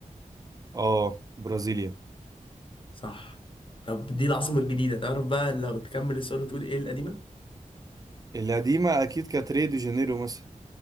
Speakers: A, on the right (about 25°); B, on the left (about 40°).
A: اه برازيليا
B: صح طب دي العاصمة الجديدة تعرف بقى لو تكمل السؤال وتقول ايه القديمة
A: القديمه اكيد كانت ريو دي جانيرو مثلا